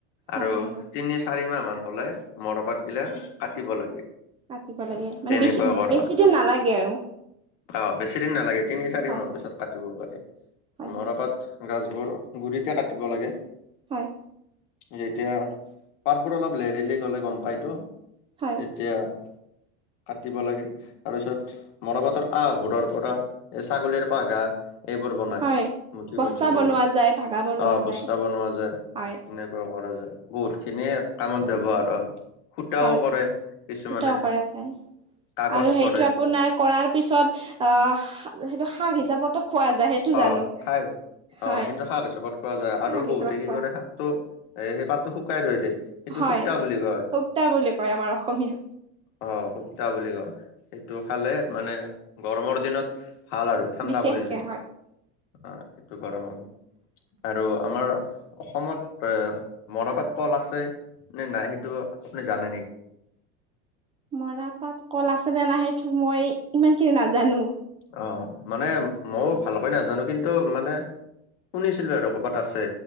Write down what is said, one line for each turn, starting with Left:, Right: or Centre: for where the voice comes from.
Right: হয়
Left: আৰু
Right: হয় হয়
Left: তিনি চাৰি মাহ মান হলে- মৰাপাত গিলা কাটিব লাগে।
Right: কাটিব লাগে মানে
Left: তেনেকুৱা কৰা
Right: বেছি
Left: হয়
Right: দিন নালাগে আৰু
Left: অ', বেছি দিন নালাগে, তিনি চাৰি
Right: হয়
Left: মাহৰ
Right: হয়
Left: পিছত পাতিবও পাৰি।
Right: হয়
Left: মৰাপাত
Right: হয়
Left: গছবোৰ গুৰিতে কাটিব লাগে।
Right: হয়।
Left: যেতিয়া পাতবোৰ অলপ লেৰেলি গলে গম পাই তো।
Right: হয়
Left: তেতিয়া- কাটিব লাগে। তাৰপিছত মৰাপাতৰ আহবোৰৰ পৰা এ ছাগলীৰ পঘা- এইবোৰ বনাই
Right: হয়
Left: মুঠি
Right: বস্তা
Left: মুঠি কৰি।
Right: বনোৱা যায় ভাগা বনোৱা
Left: অ বস্তা
Right: যায়
Left: বনোৱা যায়,
Right: হয়
Left: এনেকুৱা কৰা যায় বহুত খিনিয়ে কামত ব্যৱহাৰ হয়। সূতাও
Right: হয়
Left: কৰে কিছুমানে
Right: সটাও কৰা যায়
Left: কাগজ
Right: আৰু সেইটো
Left: কৰে
Right: আপোনাৰ কৰাৰ পিছত অ সেইটো শাক হিচাপতো খোৱা যায়। সেইটো জানো
Left: অ খাই, অ
Right: হয়
Left: সেইটো শাক হিচাপত খোৱা যায় আৰু
Right: শাক
Left: বহুতে
Right: হিচাপত
Left: কি
Right: খোৱা
Left: কৰে
Right: যায়
Left: শাক তো এ সেই পাতটো শুকাই থৈ দিয়ে। সেইটো
Right: হয়
Left: শুক্তা বুলি কয়
Right: সুকটা বুলি কয় আমাৰ অসমীয়া
Left: অ সুকটা বুলি কয়, সেইটো খালে মানে গৰমৰ দিনত ভাল আৰু ঠাণ্ডা
Right: বিশেষকে
Left: পৰি যায়,
Right: হয়
Left: অ সেইটো গৰমত আৰু আমাৰ অসমত এ মৰাপাট ক'ল আছে। নে নাই সেইটো আপুনি জানে নেকি?
Right: মৰা পাত কল আছে নে নাই সেইটো মই ইমানখিনি নাজানো।
Left: অ', মানে মইও ভালকৈ নাজানো কিন্তু মানে শুনিছিলো আৰু ক'ৰবাত আছে।